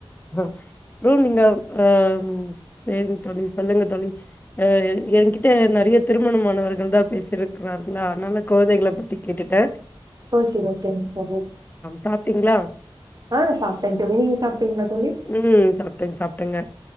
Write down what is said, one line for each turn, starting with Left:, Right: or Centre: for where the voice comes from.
Left: ப்றோ நீங்க அ வேண்டு தோழி சொல்லுங்க தோழி அ எங்கிட்ட நெறைய திருமணம் ஆனவர்கள் தா பேசிருக்கிறார்களா அதனால குழந்தைகள பத்தி கேட்டுட்ட
Right: ஓகே ஓகேங் தோழி
Left: சாப்ட்டீங்களா
Right: ஆ சாப்ட்ட தோழி நீங்க சாப்ட்டிங்ளா தோழி
Left: ம் சாப்ட்டேங்க சாப்ட்டேங்க